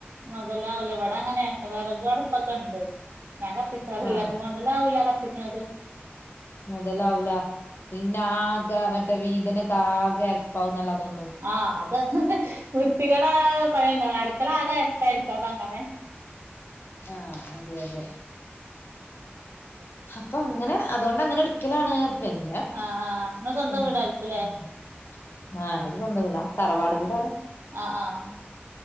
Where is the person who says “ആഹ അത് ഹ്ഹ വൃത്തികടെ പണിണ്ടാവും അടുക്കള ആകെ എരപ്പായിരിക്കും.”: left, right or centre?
Right